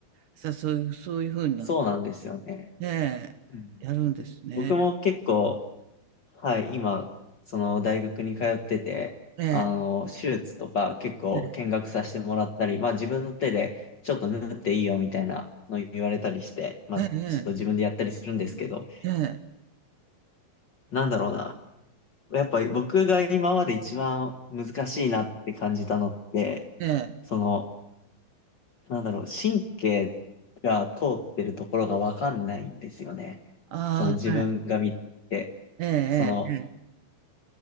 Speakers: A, on the right (about 65°); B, on the left (about 60°).
A: さあ、そういう、そういうふうな、
B: そうなんですよね。
A: ねえ、
B: うん。
A: やるんですね。
B: 僕も結構、はい、今、その大学に通ってて、
A: ええ、
B: あの、手術とか結構見学させてもらったり、
A: え
B: まあ自分の手でちょっと縫っていいよみたいなの言われたりして、まあちょっと自分でやったりするんですけど、
A: え、ええ、ええ、ね
B: なんだろうな。やっぱり僕が今まで一番難しいなって感じたのって、
A: えねえ、
B: その、なんだろう、神経が通ってるところがわかんないんですよね。
A: ああ、
B: その自分が見て、
A: はい、ええ、
B: その、